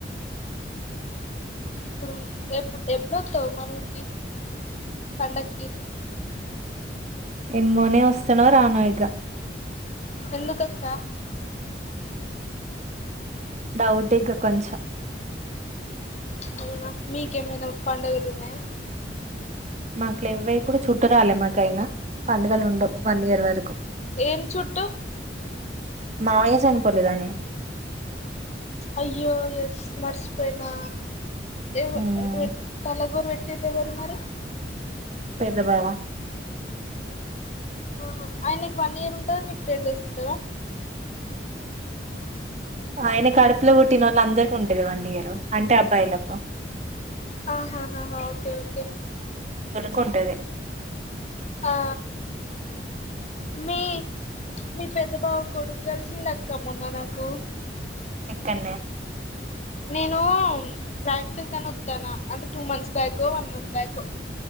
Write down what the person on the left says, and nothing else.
ప్పుడు ఎప్పు ఎప్పుడొత్తావు మనూరికి పండకి
ఎందుకక్క
అవునా మీకేమైనా పండగలున్నాయా
ఏం చుట్టు
అయ్యో ఎస్ మర్సిపోయినా ఏవ్వో
<unintelligible> తలగొరు వెట్ ట్టిర్రెవరు మరి
ఆహ ఆయనకు వన్ ఇయర్ ఉంటంది మీకు టెన్ డేస్ ఉంటదా
ఆహాహా ఓకే ఓకే
ఆ మీ మీ పెద్ద బావ కొడుకు కలిసిండ్ అక్కా మొన్న నాకు
నే ప్రాక్టికల్ కనే వత్తనా అంటే two months back one month back